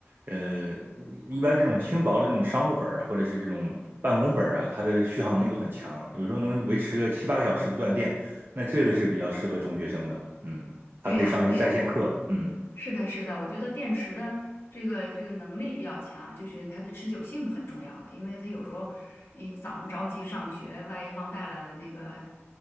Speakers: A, on the right; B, on the left.
A: 呃，一般这种轻薄的这种商务本儿啊或者是这种办公本儿啊，它的续航能力都很强，有时候能维持个七八个小时不断电。那这个是比较适合中学生的，嗯，
B: 对呀、
A: 它可以上一些在线课，
B: 对呀、
A: 嗯。
B: 是的，是的，我觉得电池的这个这个能力比较强，就是它的持久性很重要，因为它有时候你早上着急上学，万一忘带了那个